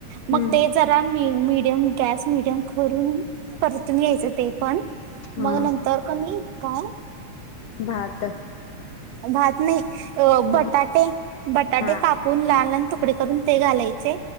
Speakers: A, on the right; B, on the left.
A: मग
B: हम्म
A: ते जरा मि मिडियम गॅस मिडियम करून परतून घ्यायचा ते पण
B: हा
A: मग नंतर क नी काय
B: भातं
A: भात नाही अ
B: म
A: बटाटे बटाटे
B: हा
A: कापून लहान-लहान तुकडे करून ते घालायचे